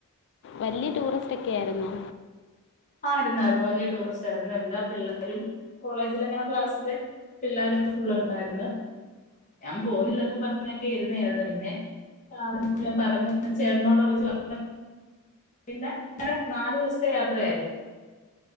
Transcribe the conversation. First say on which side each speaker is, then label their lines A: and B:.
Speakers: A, on the left (about 55°); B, on the left (about 35°).
A: വലിയ ടൂറിസ്റ്റ് ഒക്കെയായിരുന്നോ
B: ആയിരുന്നു ത്തയിരുന്നു വലിയ ടൂറിസ്റ്റ് ആയിരുന്നു എല്ലാ പിള്ളേരും കോളേജിൽ ഇങ്ങനെ ക്ലാസ്സിൽ പിള്ളേരും ഫുൾ ഉണ്ടായിരുന്ന് ഞാൻ പോവുന്നില്ലെന്നും പറഞ്ഞൊക്കെ ഇരുന്നായിരുന്നു പിന്നെ അവിടെ ഞാൻ പറഞ്ഞു ചേട്ടനോടെ വിളിച്ച് പറഞ്ഞു പിന്നെ അങ്ങനെ നാലു ദിവസത്തെ യാത്രയായിരുന്നു.